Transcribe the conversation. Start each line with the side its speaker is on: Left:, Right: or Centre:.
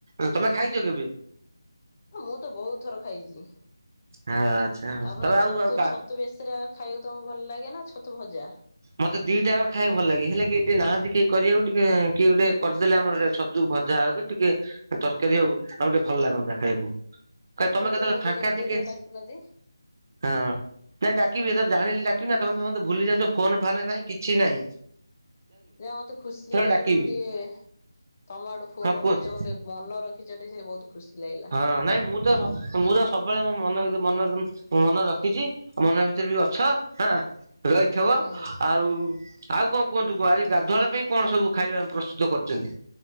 Right: ଉଁ ତମେ ଖାଇଛ କେବେ?
Left: ହଁ ମୁଁ ତ ବହୁତ ଥର ଖାଇଛି।
Right: ହଁ ଆଚ୍ଛା ହଉ
Left: ଭାଇ
Right: ତମେ ଆଉ
Left: ଛତୁ
Right: ଆଉ ଖା
Left: ଛତୁ ବେସର ଖାଇବାକୁ ତମକୁ ଭଲ ଲାଗେ ନା ଛତୁ ଭଜା?
Right: ମତେ ଦିଟା ଖାଇବା ଭଲ ଲାଗେ ହେଲେ କିଏ ନାହାନ୍ତି କେ କରିବାକୁ ଟିକେ କିଏ ଗୋଟେ କରିଦେଲେ ଆମର ଛ ଯଉ ଭଜା ହଉ କି ଟିକେ ତରକାରୀ ହଉ ଆମ ଟିକେ ଭଲ ଲାଗନ୍ତା ଖାଇବାକୁ। କ
Left: ଗୋଟେ
Right: ତମେ
Left: ଛତୁ
Right: କେତେବେଳେ
Left: ଭଜା
Right: ଫାଙ୍କା
Left: କରି କୋଉ
Right: ଟିକେ
Left: ଦିନ ଡାକୁନାହାନ୍ତି।
Right: ହଁ ନାଇଁ ଡ଼ାକିବି ଏତର ଜାଣିଲେ ଡ଼ାକିବି ନା ତମେ ତ ମତେ ଭୁଲି ଯାଉଛ। ଫୋନ ଫାନେ ନାଇଁ କିଛି ନାଇଁ।
Left: ଯା ମତେ ଖୁସି ଲାଗିଲା
Right: ଡାକିବି
Left: ତମେ ଟିକେ ତମ ଆଡୁ ଫୋନ
Right: ହଁ କୁହନ୍ତୁ
Left: କରୁଛ ମତେ ମନ ରଖିଚ ଟିକେ ବହୁତ ଖୁସି ଲାଗିଲା।
Right: ହଁ ନାଇଁ ମୁଁ ତ ସ ମୁଁ ତ ସବୁବେଳେ ମୋ ମନଭିତରେ ମନ-ମନ ମୁଁ ମନ ରଖିଛି ମନ ଭିତରେ ବି ଅଛ ହଁ ରହିଥିବ
Left: ହଁ।
Right: ଆଉ ଆଉ କଣ କୁହନ୍ତୁ କୁହ ଆଜି ଗାଧୁଆଳ ପାଇଁ କଣ ସବୁ ଖାଇବା ପ୍ରସ୍ତୁତ କରୁଛନ୍ତି?